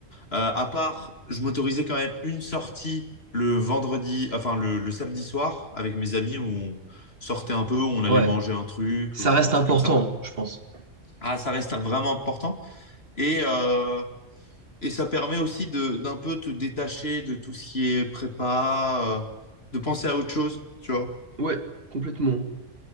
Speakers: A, on the left; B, on the right.
A: Euh, à part, je m'autorisais quand même une sortie le vendredi, enfin le, le samedi soir avec mes amis où on sortait un peu, on allait
B: Ouais,
A: manger un truc
B: ça
A: ou
B: reste
A: un truc
B: important,
A: comme ça.
B: je pense.
A: Ah, ça reste vraiment important. Et euh, et ça permet aussi de d'un peu te détacher de tout ce qui est prépa, euh, de penser à autre chose, tu vois.
B: Ouais, complètement.